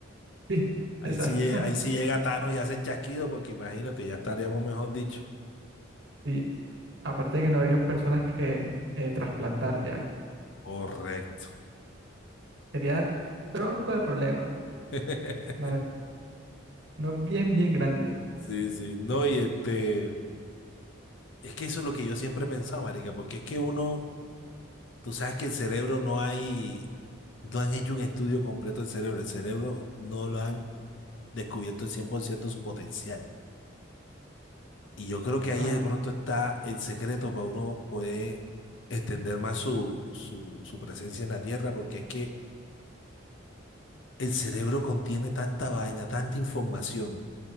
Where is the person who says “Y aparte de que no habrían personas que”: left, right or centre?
Right